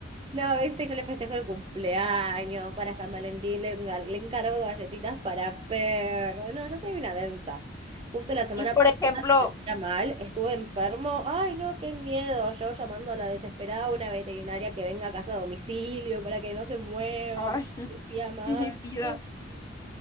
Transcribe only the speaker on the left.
Y por
ejemplo,
ay,
<laughs>
<laughs>
Mi vida.